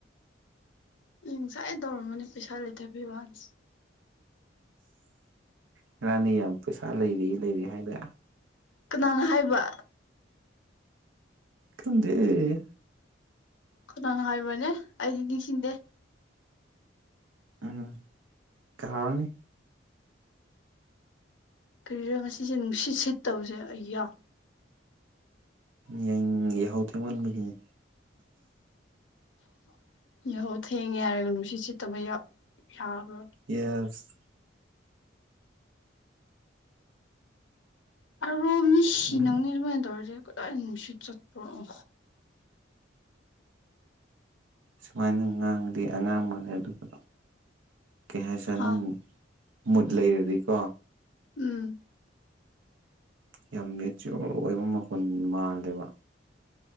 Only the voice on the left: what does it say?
ꯑꯩ ꯉꯁꯥꯏ ꯇꯧꯔꯝꯃꯅꯤ ꯄꯩꯁꯥ ꯂꯩꯇꯕꯩ ꯋꯥꯅꯤ
ꯀꯅꯥꯅ ꯍꯥꯏꯕ꯫
ꯀꯅꯥꯅ ꯍꯥꯏꯕ꯭ꯔꯅꯦ ꯑꯩꯗꯤ ꯅꯤꯡꯁꯤꯡꯗꯦ
ꯀ꯭ꯔꯤꯔ ꯉꯁꯤꯁꯦ ꯅꯨꯡꯁꯤꯠ ꯁꯤꯠꯇꯕꯁꯦ ꯑꯩꯌꯥ
ꯌꯥꯍꯧ ꯊꯦꯡꯉꯦ ꯍꯥꯏꯔꯒ ꯅꯨꯡꯁꯤꯠ ꯁꯤꯠꯇꯕ ꯌꯥ ꯌꯥꯕ꯭ꯔꯥ
<unintelligible> ꯃꯤ ꯁꯤꯅꯪꯅꯤ
ꯑꯗꯨꯃꯥꯏꯅ ꯇꯧꯔꯗꯤ ꯀꯗꯥꯏ ꯅꯨꯡꯁꯤꯠ ꯆꯠꯄ꯭ꯔꯣ ꯑꯣ
ꯍꯥ
ꯎꯝ